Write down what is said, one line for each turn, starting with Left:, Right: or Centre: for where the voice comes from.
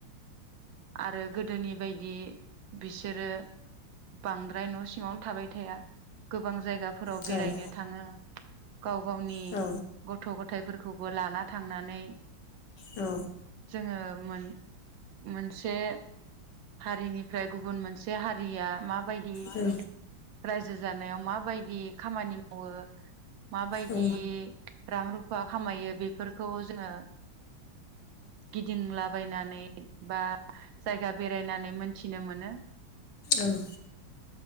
Right: आरो गोदोनि बायदि बिसोरो बांद्राय। न' सिङावनो थाबाय थाया गोबां जायगा। फोराव
Left: गोबां
Right: बेरायनो थाङो। गाव गावनि
Left: थाङो
Right: गथ' गथायाइफोरखौ। बो लाना थांनानै
Left: औ
Right: जोङो मोन मोनसे हारिनिफ्राय गुबुन मोनसे हारिया माबायदि
Left: औ
Right: रायजो जानायाव माबायदि खामानि मावो। माबायदि
Left: औ
Right: रां रुफा खामायो बेफोरखौ जोङो गिदिंलाबायनानै बा जायगा बेरायनानै मोनथिनो मोनो।
Left: उम